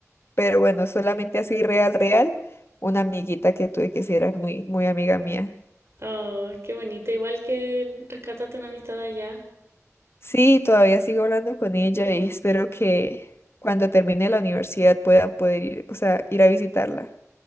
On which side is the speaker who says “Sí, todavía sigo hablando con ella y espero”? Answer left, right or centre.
Left